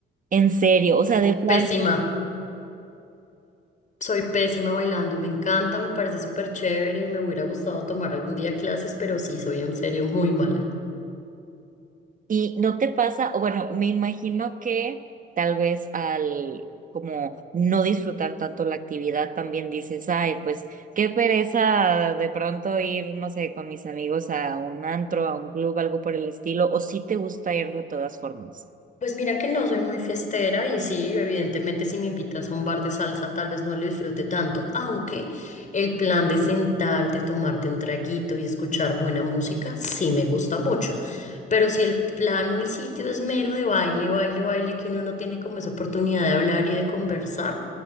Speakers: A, on the right; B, on the left.
A: En serio, o sea,
B: Eh,
A: de plan.
B: Pésima.
A: no
B: Soy pésima bailando, me encanta, me parece súper chévere, me hubiera gustado tomar algún día clases, pero sí, soy en serio muy mala.
A: Y no te pasa, o bueno, me imagino que tal vez al como no disfrutar tanto la actividad también dices, ay, pues qué pereza de pronto ir, no sé, con mis amigos a un antro, a un club, algo por el estilo, o si te gusta ir de todas formas.
B: Pues mira que no soy muy fiestera y sí, evidentemente si me invitas a un bar de salsa tal vez no lo disfrute tanto, aunque el plan de sentarte, tomarte un traguito y escuchar buena música sí me gusta mucho. Pero si el plan o el sitio es mero de baile, baile, baile, que uno no tiene como esa oportunidad de hablar y de conversar,